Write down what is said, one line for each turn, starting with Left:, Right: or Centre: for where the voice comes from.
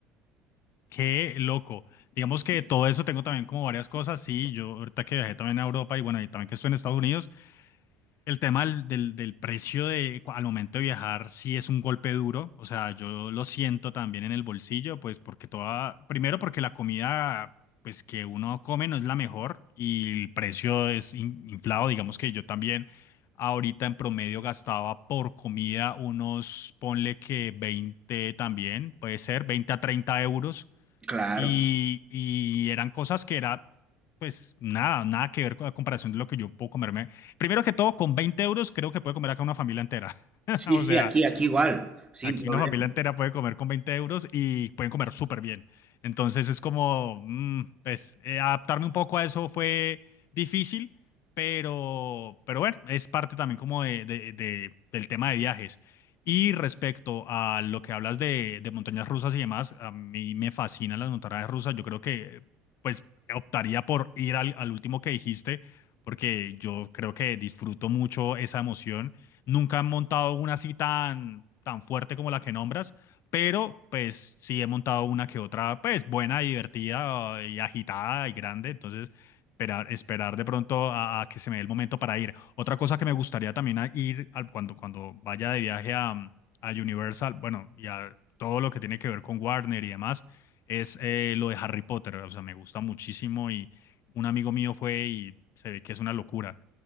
Left: qué loco. Digamos que todo eso tengo también como varias cosas. Sí, yo ahorita que viajé también a Europa y bueno, y también que estoy en Estados Unidos. El tema del, del- del precio de, cu- al momento de viajar sí es un golpe duro, o sea, yo lo siento también en el bolsillo, pues porque toda, primero porque la comida, pues que uno come no es la mejor y el precio es in- inflado, digamos que yo también ahorita en promedio gastaba por comida unos, ponle que 20 también, puede ser, 20 a 30 euros
Right: Claro.
Left: y, y eran cosas que era, pues nada, nada que ver con la comparación de lo que yo puedo comerme. Primero que todo, con 20 euros creo que puede comer acá una familia entera. <laughs>
Right: Sí,
Left: O
Right: sí,
Left: sea,
Right: aquí, aquí igual, sin
Left: Aquí
Right: problema.
Left: una familia entera puede comer con 20 euros y pueden comer súper bien. Entonces es como, mm, pues, eh, adaptarme un poco a eso fue difícil, pero, pero bueno, es parte también como de, de- de- del tema de viajes. Y respecto a lo que hablas de, de montañas rusas y demás, a mí me fascinan las montañas rusas. Yo creo que, pues, optaría por ir al, al último que dijiste, porque yo creo que disfruto mucho esa emoción Nunca han montado una así tan, tan fuerte como la que nombras, pero pues sí he montado una que otra, pues buena, divertida eh, y agitada y grande, entonces esperar, esperar de pronto a, a que se me dé el momento para ir. Otra cosa que me gustaría también a ir al, cuando, cuando vaya de viaje a, a Universal, bueno, y a todo lo que tiene que ver con Warner y demás, es eh, lo de Harry Potter, o sea, me gusta muchísimo y un amigo mío fue y se ve que es una locura.